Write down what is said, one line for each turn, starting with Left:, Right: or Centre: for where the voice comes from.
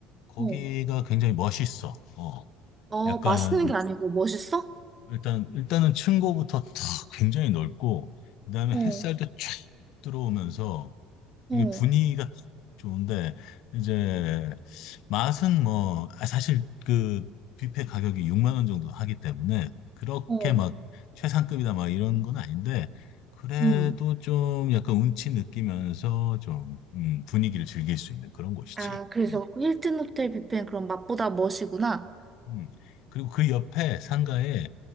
Left: 거기가
Right: 어.
Left: 굉장히 멋있어. 어,
Right: 어,
Left: 약간,
Right: 맛있는 게 아니고 멋있어?
Left: 일단, 일단은 층고부터 탁 굉장히 넓고, 그 다음에
Right: 어,
Left: 햇살도 쫙 들어오면서,
Right: 어,
Left: 이게 분위기가 좋은데 이제 맛은 뭐 아, 사실 그 뷔페 가격이 6만 원 정도 하기 때문에 그렇게
Right: 어.
Left: 막 최상급이다 막 이런 건 아닌데 그래도
Right: 응.
Left: 좀 약간 운치 느끼면서 좀 음, 분위기를 즐길 수 있는 그런 곳이지.
Right: 아, 그래서
Left: 음.
Right: 그 힐튼 호텔 뷔페는 그럼 맛보다 멋이구나.
Left: 음. 그리고 그 옆에 상가에